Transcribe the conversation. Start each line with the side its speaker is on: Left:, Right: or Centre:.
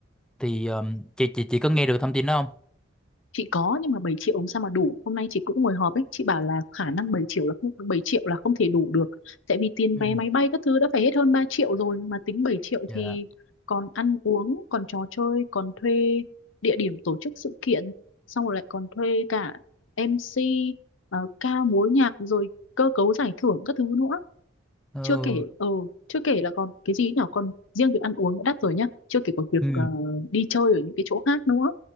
Centre: Thì ờ, chị chị chị có nghe được thông tin đó không?
Left: chị có nhưng mà 7 triệu làm sao mà đủ hôm nay chị cũng ngồi họp ấy chị bảo là khả năng 7 triệu là không 7 triệu là không thể đủ được tại vì tiền
Centre: Ừ.
Left: vé máy bay các thứ đã phải hết hơn 3 triệu rồi mà tính 7 triệu
Centre: Dạ.
Left: thì còn ăn uống còn trò chơi còn thuê địa điểm tổ chức sự kiện xong rồi lại còn thuê cả MC ờ, ca múa nhạc rồi cơ cấu giải thưởng các thứ nữa
Centre: Ừ.
Left: chưa kể ờ chưa kể là còn cái gì nhỏ còn riêng việc ăn uống đã đắt rồi nhá chưa kể còn việc
Centre: Ừ.
Left: ờ, đi chơi ở những cái chỗ khác nữa